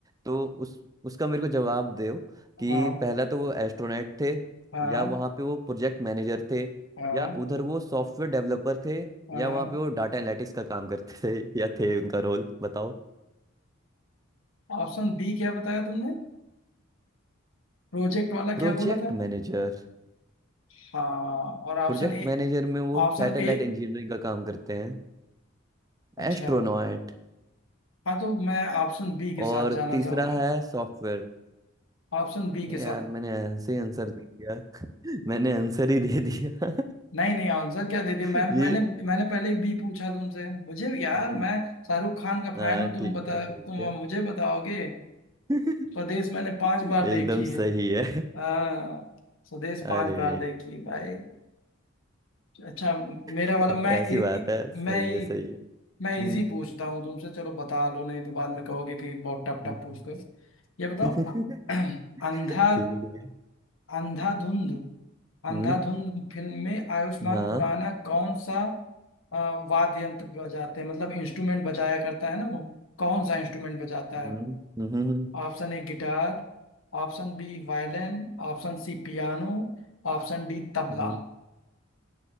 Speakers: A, on the right; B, on the left.
A: तो उस उसका मेरे को जवाब दो कि
B: हाँ हाँ
A: पहला तो वो एस्ट्रोनॉट थे
B: हाँ
A: या
B: हाँ
A: वहाँ पे वो प्रोजेक्ट मैनेजर थे
B: हाँ
A: या उधर वो सॉफ्टवेयर डेवलपर थे
B: हाँ,
A: या वहाँ
B: हाँ।
A: पे वो डाटा एनालिटिक्स का काम करते थे <laughs> या थे उनका रोल बताओ
B: ऑप्शन बी क्या बताया तुमने प्रोजेक्ट वाला
A: Project
B: क्या बोला था
A: manager
B: हाँ और ऑप्शन
A: प्रोजेक्ट
B: ए
A: मैनेजर में वो सैटेलाइट
B: ऑप्शन ए
A: इंजीनियरिंग का काम करते हैं
B: अच्छा
A: एस्ट्रोनॉट
B: हाँ तो मैं ऑप्शन बी के साथ
A: और
B: जाना
A: तीसरा
B: चाहूंगा
A: है सॉफ्टवेयर
B: ऑप्शन बी के
A: नहीं
B: साथ
A: यार मैंने ऐसे ही आंसर दे दिया <laughs> मैंने आंसर ही दे दिया
B: नहीं नहीं आंसर क्या दे दिया मैम
A: <laughs>
B: मैंने
A: ये
B: मैंने पहले ही बी पूछा तुमसे मुझे यार
A: नहीं
B: मैं शाहरुख खान का
A: हाँ
B: फैन हूँ
A: ठीक
B: तुम बता
A: है ठीक
B: तुम
A: है
B: अब मुझे बताओगे
A: <laughs>
B: स्वदेश मैंने पांच
A: एकदम
B: बार देखी है
A: सही है
B: हाँ स्वदेश
A: अरे
B: पांच बार देखी है भाई अच्छा मेरा
A: <laughs>
B: वाला मैं
A: ऐसी
B: इ,
A: बात
B: इ,
A: है सही
B: मैं
A: है
B: इ-
A: सही है हम्म
B: मैं इजी पूछता हूँ तुमसे चलो बता लो नहीं तो बाद में कहोगे कि बहुत टफ
A: हम्म,
B: टफ पूछते हो ये बताओ
A: <laughs> ठीक है
B: अ- <clears throat> अंधा
A: ठीक है
B: अंधाधुंध अंधाधुंध
A: हम्म
B: फिल्म में आयुष्मान
A: हाँ
B: खुराना कौन सा अ, वाद्य यंत्र बजाते हैं मतलब इंस्ट्रूमेंट बजाया करता है ना वो कौन सा इंस्ट्रूमेंट बजाता है
A: हम्म हम्म हम्म,
B: Option A guitar Option B violin Option C piano Option D tabla
A: हम्म।